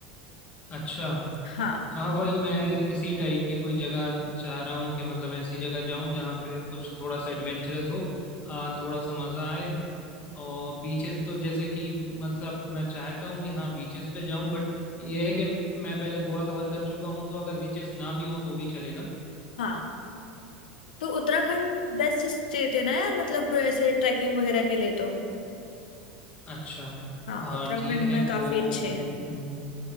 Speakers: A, on the left; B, on the left.
A: अच्छा
B: हाँ
A: हाँ वही मैं इसी टाइप की कोई जगह चाह रहा हूँ कि मतलब ऐसी जगह जाऊँ जहाँ पे कुछ थोड़ा सा एडवेंचरस हो आ, थोड़ा सा मज़ा आए और बीचेस तो जैसे कि मतलब मैं चाहता हूँ कि हाँ बीचेस पे जाऊँ बट ये है कि मैं पहले गोवा कवर कर चुका हूँ तो अगर बीचेस ना भी हों तो भी चलेगा
B: हाँ तो उत्तराखंड बेस्ट स्टेट है ना यार मतलब ऐसे ट्रैकिंग वगैरह के लिए तो
A: अच्छा
B: हाँ
A: हाँ
B: उत्तराखंड
A: ठीक है
B: में
A: तो
B: काफी अच्छे हैं
A: हम्म।